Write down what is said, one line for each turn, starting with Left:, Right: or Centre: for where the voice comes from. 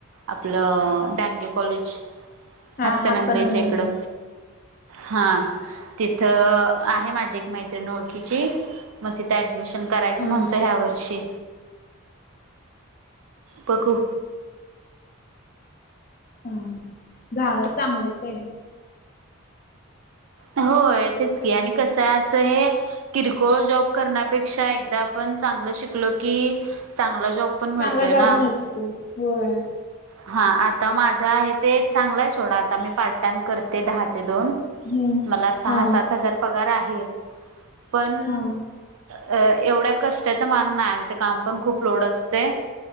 Right: आपलं डांगे कॉलेज
Left: हा
Right: हातकणंगलेच्या
Left: हात का नंगला
Right: इकडं
Left: म्हण
Right: हा. तिथं आहे माझी एक मैत्रिण ओळखीची म तिथं ऍडमिशन करायचं
Left: हा
Right: म्हणतो ह्या वर्षी. बघू
Left: हा जारा चांगलंच आहे.
Right: होय तेच की आणि कसं असं हे किरकोळ जॉब करण्यापेक्षा एकदा आपण चांगलं शिकलो की चांगला जॉब पण मिळतोय
Left: चांगला जॉब
Right: ना
Left: मिळते होय.
Right: हा आता माझं आहे ते चांगलं आहे शोडा आता मी पार्ट टाइम करते दहा ते दोन
Left: हम्म
Right: मला सहा
Left: हा
Right: सात हजार पगार आहे पण
Left: हा
Right: अ एवढ्या कष्टाच्या मान नाही तिथे काम पण खूप लोड असते.